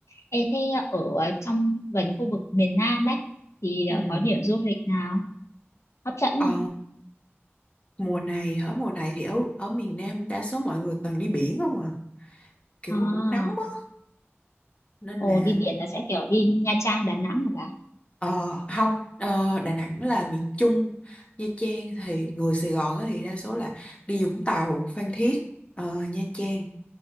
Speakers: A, on the left; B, on the left.
A: Ê, thế ở ờ, trong gần khu vực miền Nam ấy thì ờ,
B: ừ,
A: có điểm du lịch nào hấp dẫn
B: ờ,
A: không
B: mùa này hả mùa này thì ở ở miền Nam đa số mọi người toàn đi biển không à kiểu
A: à
B: cũng nóng á nên
A: ồ
B: là
A: đi biển là sẽ kiểu đi Nha Trang Đà Nẵng hả bà
B: ờ không ờ, Đà Nẵng là miền Trung Nha Trang thì người Sài Gòn á thì đa số là đi Vũng Tàu Phan Thiết ờ, Nha Trang